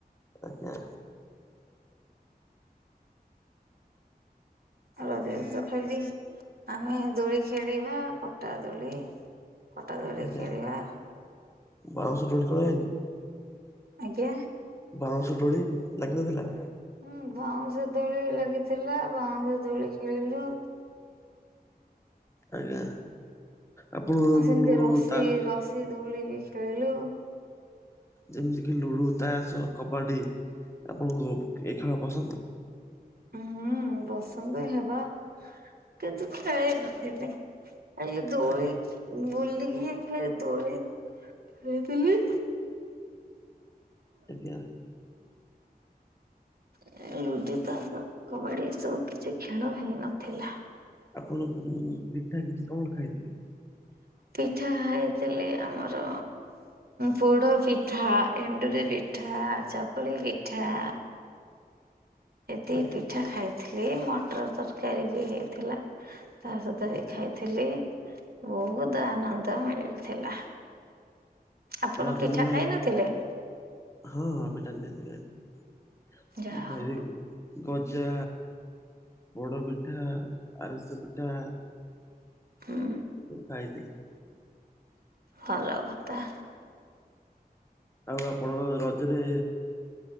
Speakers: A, on the left (about 15°); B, on the right (about 70°).
A: ଆଜ୍ଞା।
B: ରଜ ରେ ତ ଖେଲଦି ଆମେ ଦୋଳି ଖେଳିବା ପଟା ଦୋଳି। ପଟା ଦୋଳି
A: ଆଜ୍ଞା।
B: ଖେଳିବା।
A: ବାଉଁଶ ଦୋଳି କରାହେଇନି?
B: ଆଜ୍ଞା
A: ବାଉଁଶ ଦୋଳି ଲାଗି ନ ଥିଲା?
B: ହୁଁ ବାଉଁଶ ଦୋଳି ଲାଗିଥିଲା ବାଉଁଶ ଦୋଳି ଖେଳିଲୁ।
A: ଆଜ୍ଞା। ଆପଣ
B: ସେମିତି
A: ଲୁଡୁ
B: ରସି
A: ତା
B: ରସି ଦୋଳି ବି ଖେଳିଲୁ।
A: ଯେମିତି କିି ଲୁଡୁ ତାସ କବାଡି ଆପଣଙ୍କୁ ଏ ଖେଳ ପସନ୍ଦ?
B: ହୁଁ ପସନ୍ତ ହେବା କିନ୍ତୁ ଖେଳି ନଥିଲି। ଖାଲି ଦୋଳି
A: ଆଜ୍ଞା
B: ବୁଲିକି ଖାଲି ଦୋଳି ଖେଳିଥିଲି।
A: ଆଜ୍ଞା।
B: ହ ଲୁଡୁ ତାସ କବାଡି ଏ ସବୁ କିଛି ଖେଳ ହେଇନଥିଲା।
A: ଆପଣ ପିଠା କିଛି କଣ ଖାଇଥିଲେ?
B: ପିଠା ଖାଇଥିଲି ଆମର। ପୋଡ ପିଠା ଏଣ୍ଡୁରି ପିଠା ଚକୁଳି ପିଠା। ଏତିିକି
A: ଆଜ୍ଞା
B: ପିଠା ଖାଇଥିଲି ମଟର ତରକାରୀ ବି ହେଇଥିଲା ତା ସହିତ
A: ଆଜ୍ଞା
B: ବି ଖାଇ ଥିଲି ବହୁତ ଆନନ୍ଦ ମିଳିଥିଲା। ଆପଣ
A: ରଜ
B: ପିଠା
A: ଦିନ
B: ଖାଇ ନଥିଲେ?
A: ହଁ ହଁ ପିଠା ନିହାତି ଖାଇଥିଲି
B: ଯାହା
A: ମୁଁ ଖାଇଦେବି।
B: ହଉ।
A: ଗଜା ପୋଡ଼ ପିଠା ଆରିସା ପିଠା।
B: ହୁଁ
A: ସେ ଖାଇଥିଲି।
B: ଭଲ କଥା।
A: ଆଉ ଆପଣଙ୍କ ରଜରେ